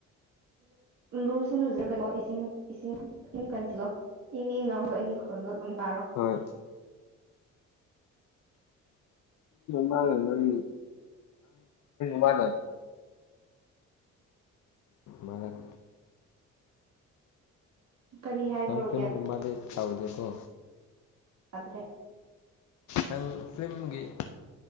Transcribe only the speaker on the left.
ꯍꯣꯏ ꯃꯥꯒ ꯅꯪ ꯃꯥꯗꯔ ꯃꯥꯂꯛ
ꯅꯪ
ꯐꯤꯂꯝꯒꯨꯝꯕꯗꯤ ꯆꯥꯎꯗꯦꯀꯣ
ꯅꯪ ꯐꯤꯂꯝꯒꯤ